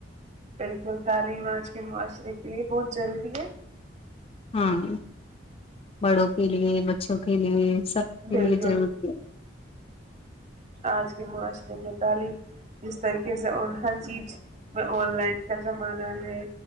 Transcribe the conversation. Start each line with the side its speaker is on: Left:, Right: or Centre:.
Right: بالکل تعلیم آج کے معاشرے یہ بہت ضروری ہے
Left: ہاں بڑوں کے لیے بچوں کے لیے سب کے
Right: بالکل
Left: لیے ضروری ہے
Right: آج کے معاشرے میں تعلیم جس طریقے سے اور ہر چیز میں آن لائن کا زمانہ ہے